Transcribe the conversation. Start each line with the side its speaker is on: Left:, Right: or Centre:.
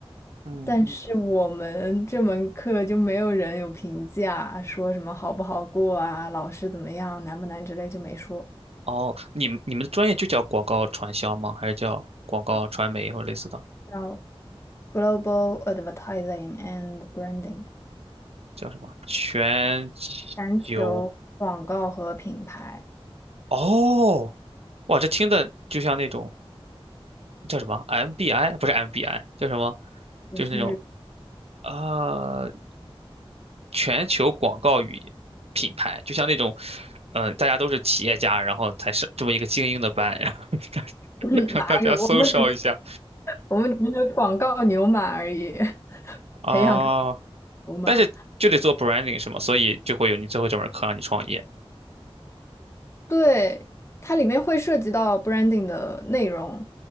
Right: 嗯，
Left: 但是我们这门课就没有人有评价，说什么好不好过啊，老师怎么样，难不难之类就没说。
Right: 哦，你们你们的专业就叫广告传销吗？还是叫广告传媒或者类似的？
Left: 叫 Global Advertising and Branding，
Right: 叫什么？全
Left: 全球广告和品牌，
Right: 球？哦，哇，这听的就像那种叫什么 MBI，不是 MBI，叫什么？
Left: 不是
Right: 就是那种啊、呃全球广告与品牌，就像那种，嗯、大家都是企业家，然后才是这么一个精英的班，然后 <laughs> 大
Left: <laughs>
Right: 让大家搜烧一下
Left: 哪有，我们只我们只是广告牛马而已，<laughs>
Right: 哦，
Left: 培养出牛马。
Right: 但是就得做 branding 是吗？所以就会有你最后这门课让你创业。
Left: 对，它里面会涉及到 branding 的内容，